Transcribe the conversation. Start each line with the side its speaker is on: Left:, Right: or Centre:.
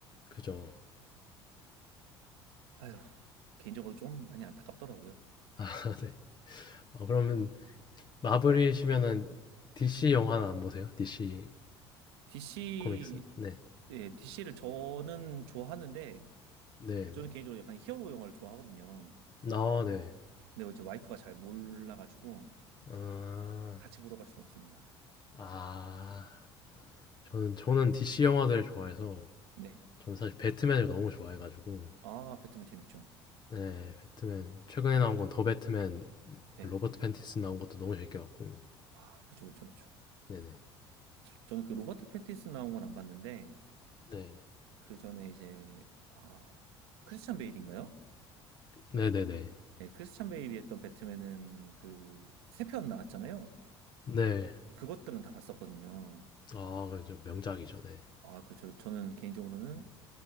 Left: 그죠.
Right: 아휴, 개인적으로 좀 많이 안타깝더라고요.
Left: 아 <laughs> 네. 어 그러면 마블이시면은 DC 영화는 안 보세요? DC
Right: DC,
Left: 코믹스? 네.
Right: 예, DC를 저는 좋아하는데,
Left: 네네.
Right: 아, 저는 개인적으로 약간 히어로 영화를 좋아하거든요.
Left: 아 네.
Right: 근데 이제 와이프가 잘 몰라가지고
Left: 아.
Right: 같이 보러 갈 수가 없습니다.
Left: 아. 저는 저는 DC 영화들을 좋아해서
Right: 네.
Left: 저는 사실 배트맨을 너무 좋아해 가지고
Right: 아, 배트맨 재밌죠.
Left: 네. 배트맨 최근에 나온 건 더 배트맨
Right: 네.
Left: 그 로버트 팬티슨 나온 것도 너무 재밌게 봤고.
Right: 아, 그쵸, 그쵸, 그쵸.
Left: 네네.
Right: 저는 그 로버트 패틴슨 나온 건 안 봤는데,
Left: 네.
Right: 그 전에 이제, 아, 크리스찬 베일인가요?
Left: 네네네.
Right: 네, 크리스찬 베일이 했던 배트맨은 그, 세 편 나왔잖아요.
Left: 네.
Right: 그것들은 다 봤었거든요.
Left: 아 그죠. 명작이죠. 네.
Right: 아, 그렇죠. 저는 개인적으로는